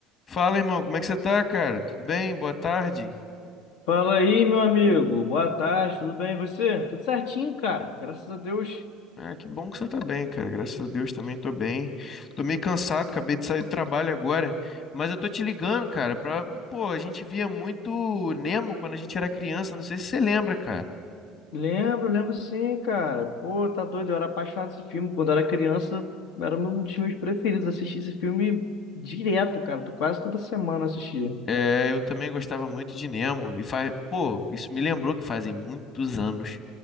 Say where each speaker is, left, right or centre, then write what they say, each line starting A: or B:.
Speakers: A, on the left; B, on the left.
A: Fala, irmão, como é que você tá, cara? Tudo bem? Boa tarde.
B: Fala aí, meu amigo. Boa tarde, tudo bem? E você? Tudo certinho, cara. Graças a Deus.
A: Ah, que bom que você tá bem, cara. Graças a Deus também tô bem. Tô meio cansado, acabei de sair do trabalho agora, mas eu tô te ligando, cara, pra... Pô, a gente via muito Nemo quando a gente era criança, não sei se você lembra, cara.
B: Lembro, lembro sim, cara. Pô, tá doido. Eu era apaixonado por esse filme. Quando eu era criança, era um dos meus preferidos. Assisti esse filme direto, cara. Tô quase toda semana assistia.
A: É, eu também gostava muito de Nemo e faz, pô, isso me lembrou que fazem muitos anos